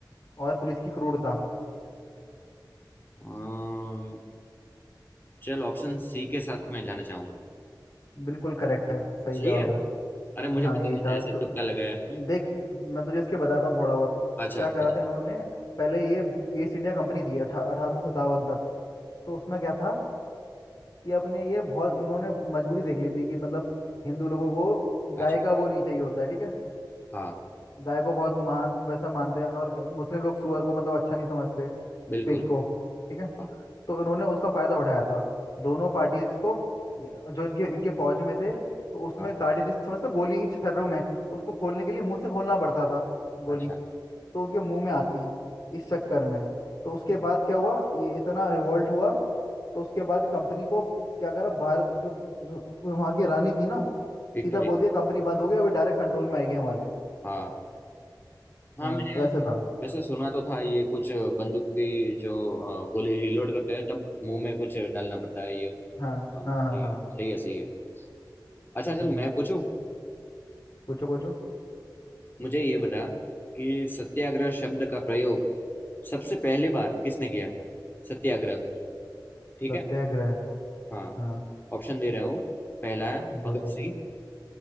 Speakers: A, on the left; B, on the left.
A: और पुलिस की क्रूरता
B: अम्म, चल ऑप्शन सी के साथ मैं जाना चाहूंगा
A: बिल्कुल करेक्ट है सही
B: सही
A: जवाब
B: है
A: है
B: अरे मुझे
A: हाँ
B: पता
A: यही
B: नहीं
A: था
B: था ऐसे
A: तो
B: तुक्का लगाया
A: देख मैं तुझे इसके बताता हूँ थोड़ा बहुत
B: <laughs> अच्छा
A: क्या
B: पता
A: करा
B: नहीं
A: था इन्होंने पहले ये ईस्ट इंडिया कंपनी थी अठा अठारह सौ सत्तावन तक तो उसमें क्या था कि अपने ये बहुत इन्होंने मजबूरी देख ली थी कि मतलब हिंदू लोगों को
B: अच्छा
A: गाय का वो नहीं चाहिए होता है ठीक है
B: हाँ
A: गाय को बहुत महान वैसा मानते हैं और अ, मुस्लिम लोग सुअर को मतलब अच्छा नहीं समझते
B: बिल्कुल
A: पिग को ठीक है
B: हाँ
A: तो इन्होंने उसका फायदा उठाया था दोनों पार्टीज को य- जो इनके इनके फौज में थे तो उसमें
B: हाँ
A: कार्टिज समझते हो, गोली की छर्रों में तो उसको खोलने के लिए मुंह से खोलना पड़ता था गोली
B: अच्छा
A: तो उनके मुंह में आती इस चक्कर में तो उसके बाद क्या हुआ ये इतना रिवोल्ट हुआ तो उसके बाद कंपनी को क्या करा भारत जो, जो वहाँ की रानी थी ना
B: विक्टोरिया
A: सीधा बोल दिया कंपनी बंद हो गई अभी डायरेक्ट कंट्रोल में आएगी हमारे
B: हाँ हाँ
A: हाँ
B: मैंने
A: तो ऐसे था
B: वैसे सुना तो था ये कुछ बंदूक की जो अ, गोली रिलोड करते हैं तब मुंह में कुछ डालना पड़ता है ये
A: हाँ
B: हाँ
A: हाँ
B: ठीक
A: हाँ हाँ
B: है सही है सही है अच्छा चल
A: जी
B: मैं पूछूं
A: पूछो पूछो
B: मुझे ये बता कि सत्याग्रह शब्द का प्रयोग सबसे पहली बार किसने किया था सत्याग्रह ठीक
A: सत्याग्रह
B: है हाँ
A: हाँ
B: ऑप्शन दे रहा हूँ पहला है भगत
A: दो दो
B: सिंह
A: दो